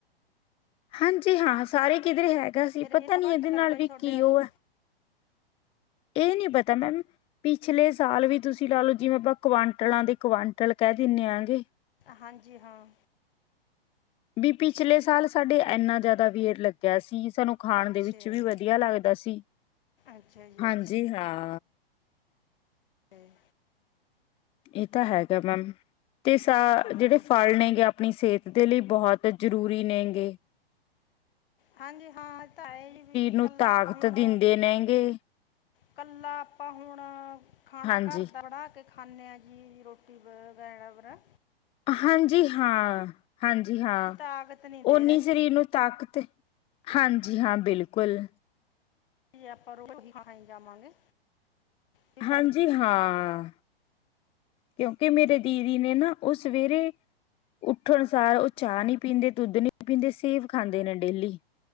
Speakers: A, on the left; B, on the left.
A: ਹਾਂਜੀ ਹਾਂ ਸਾਰੇ ਕਿਧਰੇ ਹੈਗਾ ਸੀ
B: ਫਿਰ ਇਹਨੂੰ
A: ਪਤਾ ਨੀ
B: ਘੱਟ
A: ਇਹਦੇ
B: ਲੱਗਿਆ
A: ਨਾਲ ਵੀ
B: ਜੀ ਤੁਹਾਡੇ
A: ਕੀ
B: ਵਾਲੇ
A: ਉਹ
B: ਨੂੰ
A: ਹੈ ਇਹ ਨਹੀਂ ਪਤਾ ਮੈਮ ਪਿਛਲੇ ਸਾਲ ਵੀ ਤੁਸੀਂ ਲਾ ਲੋਓ ਜਿਵੇਂ ਆਪਾਂ ਕੁਆਂਟਲਾਂ ਦੇ ਕੁਆਂਟਲ ਕਹਿ ਦਿੰਦੇ ਆ ਗ
B: ਹਾਂਜੀ ਹਾਂ
A: ਵੀ ਪਿਛਲੇ ਸਾਲ ਸਾਡੇ ਇੰਨਾ ਜ਼ਿਆਦਾ ਵੇਰ ਲੱਗਿਆ ਸੀ ਸਾਨੂੰ ਖਾਣ
B: ਅੱਛਾ
A: ਦੇ ਵਿੱਚ
B: ਜੀ
A: ਵੀ ਵਧੀਆ ਲੱਗਦਾ ਸੀ
B: ਅੱਛਾ ਜੀ
A: ਹਾਂਜੀ
B: ਅੱਛਾ
A: ਹਾਂ
B: ਜੀ
A: ਇਹ ਤਾਂ ਹੈਗਾ ਮੈਮ ਤੇ ਸਾ
B: ਹਾਂ
A: ਜਿਹੜੇ ਫਲ ਨੇਗੇ ਆਪਣੀ ਸਿਹਤ ਦੇ ਲਈ ਬਹੁਤ ਜ਼ਰੂਰੀ ਨੇ ਗ
B: ਹਾਂਜੀ ਹਾਂ ਤਾਂ ਇਹ ਜੀ ਵੀ
A: ਨੂੰ
B: ਕੱਲਾ
A: ਤਾਕਤ
B: ਆਪਾਂ ਹੁਣ
A: ਦਿੰਦੇ ਨੇਗੇ
B: ਕੱਲਾ ਆਪਾਂ ਹੁਣ ਖਾਣਾ
A: ਹਾਂਜੀ।
B: ਘਰ ਦਾ ਬਣਾ ਕੇ ਕੇ ਖਾਂਦੇ ਆਾਂ ਜੀ ਰੋਟੀ ਵ ਵਗੈ ਵਰਾ
A: ਹਾਂਜੀ ਹਾਂ ਹਾਂਜੀ ਹਾਂ
B: ਤਾਕਤ ਨਹੀਂ ਦੇ
A: ਓਨੀ
B: ਰਿਹਾ
A: ਸਰੀਰ
B: ਜੀ
A: ਨੂੰ ਤਾਕਤ ਹਾਂਜੀ ਹਾਂ ਬਿਲਕੁਲ
B: ਆਪਾਂ ਰੋਟੀ ਖਾਣ ਜਾਵਾਂਗੇ ਵੀ ਬਦਲ
A: ਹਾਂਜੀ ਹਾਂ ਕਿਉਂਕਿ ਮੇਰੇ ਦੀਦੀ ਨੇ ਨਾ ਉਹ ਸਵੇਰੇ ਉੱਠਣਨੁਸਾਰ ਉਹ ਚਾਹ ਨਹੀਂੀ ਪੀਂਦੇ ਦੁੱਧ ਨਹੀਂੀ ਪੀਂਦੇ ਸੇਵ ਖਾਂਦੇ ਨੇ ਡੇਲੀ